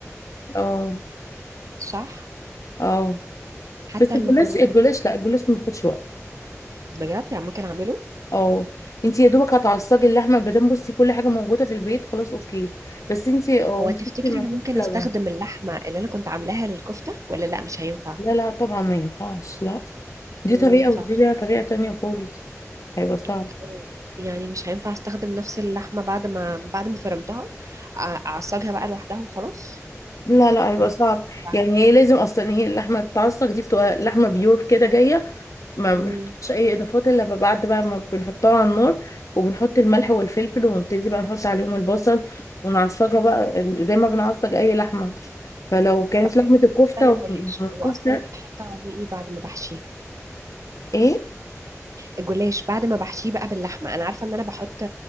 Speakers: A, on the left; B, on the right.
A: اه
B: صح
A: اه
B: حتى
A: بس الجلاش
B: المكرونة
A: الجلاش لا الجلاش ما بياخدش وقت
B: بجد يعني ممكن اعمله
A: اه انت يا دوبك هتعصجي اللحمه ما دام بصي كل حاجه موجوده في البيت خلاص اوكي بس انت اه
B: هو
A: انت
B: تفتكري
A: بصي ما
B: انا
A: فيش
B: ممكن
A: لبن
B: استخدم اللحمة اللي انا كنت عاملاها للكفتة ولا لا مش هينفع
A: لا لا طبعا ما ينفعش لا دي
B: امم
A: طريقه ودي
B: صح
A: ليها طريقه تانية خالص هيبقى صعب
B: اوكي يعني مش هينفع استخدم نفس اللحمة بعد ما بعد ما فرمتها أ- اعصجها بقى لوحدها وخلاص
A: لا لا هيبقى
B: ولا
A: صعب
B: طبعاً.
A: يعني هي لازم اصلا هي اللحمه بتتعصج دي بتبقى لحمه بيور كده جايه ما
B: مم.
A: بنحطش اي اضافات الا بعد بقى ما بنحطها على النار وبنحط الملح والفلفل ونبتدي بقى نحط عليهم البصل ونعصجها بقى زي ما بنعصج اي لحمه فلو كانت
B: طب
A: لحمة الكفتة
B: بالنسبة للجوليش
A: والكفتة
B: هو اصلا بيتحط عليه ايه بعد ما بحشيه
A: ايه
B: الجلاش بعد ما بحشيه بقى باللحمة انا عارفة ان انا بحط